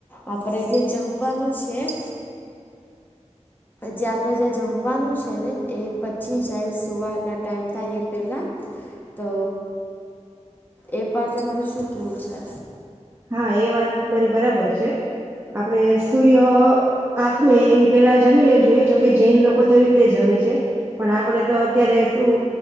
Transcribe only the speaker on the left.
આપણે જે જમવાનું છે. <inaudible> જે આપણે જે જમવાનું છે ને એ પછી જાય સુવારના ટાઈમ થાય એ પહેલાં તો એ પર તમારે શું કેવું છે.